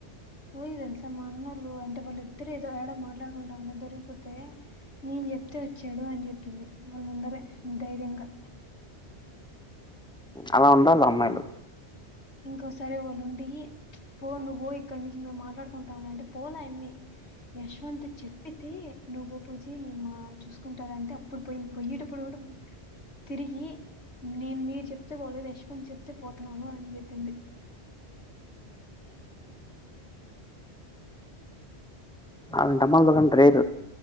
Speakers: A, on the left; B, in the centre.
A: పోయి తెలుసా మా అన్నళ్ళు అంటే వాళ్ళు ఇద్దరు ఏదో ఏడో మాట్లాడుకుంటా ఉంటే దొరికిపోతే. నేను చెప్తే వచ్చాడు అని చెప్పింది వాళ్ళ ముందరే ధైర్యంగా.
B: అలా ఉండాలి అమ్మాయిలు.
A: ఇంకోసారి ఎవళ్ళు ఉంటేయ్ ప్చ్. పో నువ్వు పోవే ఇక్కడ నుంచి మేము మాట్లాడుకుంటాము అంటే పోలే ఎమ్మి. యశ్వంత్ చెప్పితే నువ్వు పో బుజ్జి నేను మా చూసుకుంటారంటే అప్పుడు పోయింది పోయ్యేటప్పుడు కూడా. తిరిగి నేను మీరు చెప్తే పోలేదు యశ్వంత్ చెప్తే పోతున్నాను అని చెప్. <unintelligible>
B: అంతమాత్రం రేర్